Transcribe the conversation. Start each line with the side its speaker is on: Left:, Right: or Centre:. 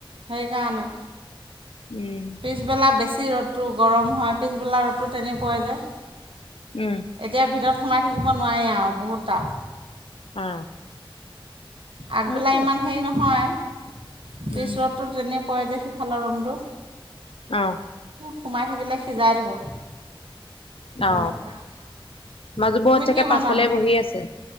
Right: সেইকাৰণে
Left: উম।
Right: পিছবেলা বেছি ৰ'দটো গৰম হয় পিছবেলা ৰ'দটো তেনেকুৱাই যায়।
Left: উম।
Right: এতিয়া ভিতৰত সোমাই থাকিব নোৱাৰি আৰু বহুত টাপ।
Left: অ।
Right: আগবেলা
Left: সেইটোৱে
Right: ইমান হেৰি নহয়।
Left: উম।
Right: পিছততো তেনে পৰে যে সিফালৰ ৰুমটোত।
Left: অ।
Right: সোমাই থাকিলে সিজাই দিব।
Left: অ
Right: তেনেকুৱা।
Left: মাজুবোৰত
Right: তুমি
Left: চাগে
Right: কি বনালা?
Left: পাছফালে বহি আছে।